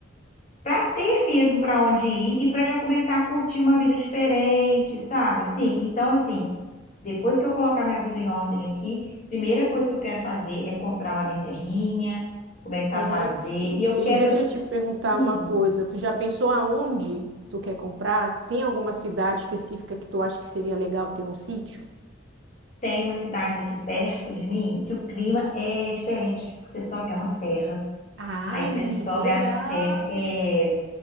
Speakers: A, on the left; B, on the right.
A: para ter mesmo para onde ir e para já começar a curtir uma vida diferente, sabe? Assim, então assim, depois que eu colocar minha vida em ordem aqui, primeira coisa que eu quero fazer é comprar lá minha terrinha começar
B: Aham.
A: a fazer.
B: E,
A: E eu
B: e
A: quero,
B: deixa eu te
A: eu
B: perguntar
A: Hum,
B: uma coisa, tu já pensou aonde tu quer comprar? Tem alguma cidade específica que tu acha que seria legal ter um sítio?
A: tem uma cidade aqui perto de mim que o clima é diferente. Tipo, você sobe, é uma serra.
B: Ai,
A: Aí você sobe
B: que legal!
A: a serra, é